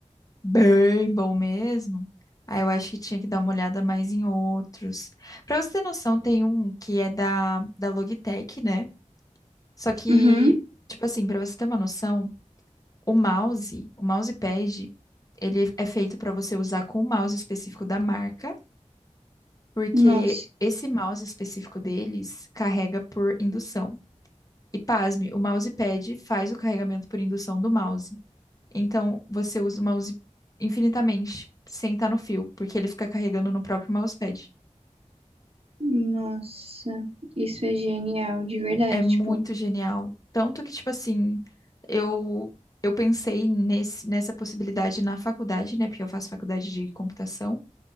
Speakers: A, on the left; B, on the right.
A: bem bom mesmo, aí eu acho que tinha que dar uma olhada mais em outros. Pra você ter noção, tem um que é da, da Logitech, né? Só que,
B: Uhum.
A: tipo assim, pra você ter uma noção, o mouse, o mousepad, ele é feito pra você usar com o mouse específico da marca, porque
B: Nossa,
A: esse mouse específico deles carrega por indução. E pasme, o mousepad faz o carregamento por indução do mouse. Então, você usa o mouse infinitamente, sem estar no fio, porque ele fica carregando no próprio mousepad.
B: nossa, isso é genial, de verdade,
A: É muito
B: tipo.
A: genial. Tanto que, tipo assim, eu eu pensei nesse, nessa possibilidade na faculdade, né? Porque eu faço faculdade de computação.